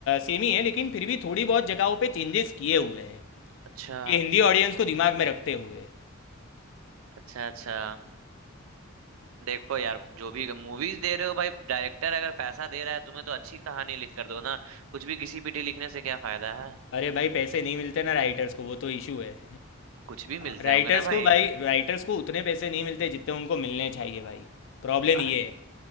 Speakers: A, on the left (about 60°); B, on the right (about 75°).
A: सेम ही है लेकिन फिर भी थोड़ी बहुत जगहों पे चेंजेस किए हुए हैं
B: अच्छा
A: कि हिंदी ऑडियंस को दिमाग में रखते हुए
B: अच्छा अच्छा देखो यार जो भी मूवीज दे रहे हो भाई डायरेक्टर अगर पैसा दे रहा है तुम्हें तो अच्छी कहानी लिख कर दो ना कुछ भी घिसी पिटी लिखने से क्या फायदा है
A: अरे भाई पैसे नहीं मिलते ना राइटर्स को वो तो इशू है
B: कुछ भी मिलते
A: राइटर्स
B: होंगे ना
A: को
B: भाई
A: भाई राइटर्स को उतने पैसे नहीं मिलते जितने उनको मिलने चाहिए भाई प्रॉब्लम
B: आह,
A: ये है